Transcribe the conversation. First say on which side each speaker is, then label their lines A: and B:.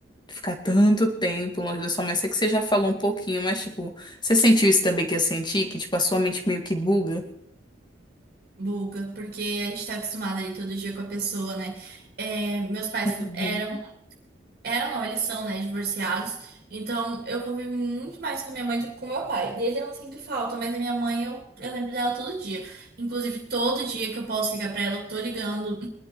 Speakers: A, on the left; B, on the right.
A: ficar tanto tempo longe da sua mãe? Sei que você já falou um pouquinho, mas tipo, você sentiu isso também que eu senti, que tipo a sua mente meio que buga?
B: buga, porque a gente tá acostumado ali todo dia com a pessoa, né? É, meus pais fu-
A: Uhum.
B: eram Eram, não, eles são, né, divorciados. Então, eu convivo muito mais com a minha mãe do que com o meu pai. Dele eu não sinto falta, mas a minha mãe eu, eu lembro dela todo dia. Inclusive, todo dia que eu posso ligar pra ela, eu tô ligando.